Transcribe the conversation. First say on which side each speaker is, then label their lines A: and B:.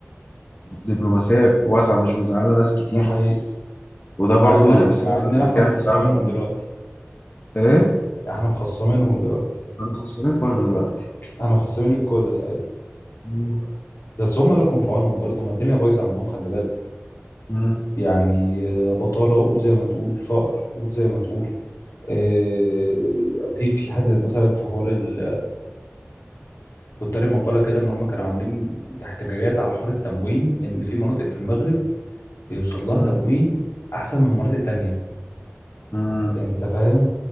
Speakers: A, on the left (about 45°); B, on the left (about 70°).
A: دبلوماسية واسعة مش مزعلة ناس كتير
B: ده حقيقي
A: وده برضه
B: مع انها
A: يعني بسبب
B: مع اننا
A: المكان
B: احنا مخصمينهم
A: بتاعها
B: دلوقتي
A: إيه؟
B: احنا مخصمينهم دلوقتي
A: أنا خسران كله دلوقتي
B: احنا مخصمين الكل صحيح
A: مم.
B: بس هم اللي كون في عونهم برضه ما الدنيا بايظه عندهم خلي بالك
A: مم.
B: يعني آه، بطاله قول زي ما تقول فقر قول زي ما تقول آه، في في حد مثلا في حوار ال... كنت قاري مقاله كده ان هم كانوا عاملين احتجاجات على حوار التموين ان في مناطق في المغرب بيوصل لها
A: مم.
B: تموين احسن من مناطق تانية
A: مم.
B: انت فاهم